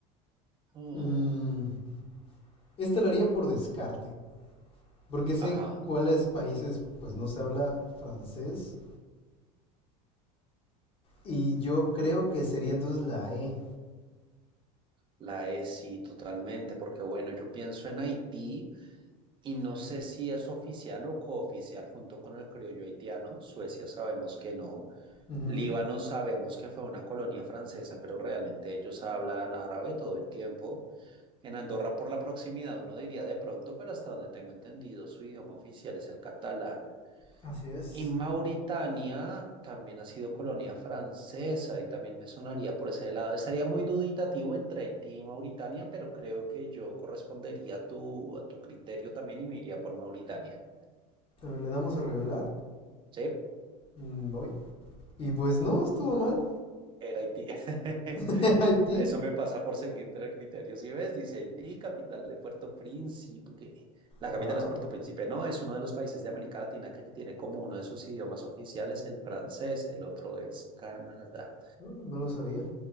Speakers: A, on the right; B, on the left.
A: Oh,
B: Mm, esta lo haría por descarte. Porque sé
A: ajá,
B: en cuáles países pues no se habla francés y yo creo que sería entonces la E.
A: la E sí, totalmente, porque bueno, yo pienso en Haití y no sé si es oficial o cooficial junto con el criollo haitiano. Suecia sabemos que no.
B: Ujú,
A: Líbano sabemos que fue una colonia francesa, pero realmente ellos hablan árabe todo el tiempo. En Andorra, por la proximidad, uno diría de pronto, pero hasta donde tengo entendido, su idioma oficial es el catalán.
B: Así es.
A: Y Mauritania también ha sido colonia francesa y también me sonaría por ese lado. Estaría muy duditativo entre Haití y Mauritania, pero creo que yo correspondería a tu, a tu criterio también y me iría por Mauritania.
B: A ver, le damos a revelar.
A: ¿Sí?
B: Mm, voy. Y pues no, estuvo mal.
A: Era Haití.
B: <laughs>
A: <laughs>
B: Era Haití.
A: Eso me pasa por seguirte el criterio. Si ves, dice Haití, capital de Puerto Príncipe. La
B: Wow.
A: capital es Puerto Príncipe. No, es uno de los países de América Latina que tiene como uno de sus idiomas oficiales el francés. El otro es Canadá.
B: No, no lo sabía.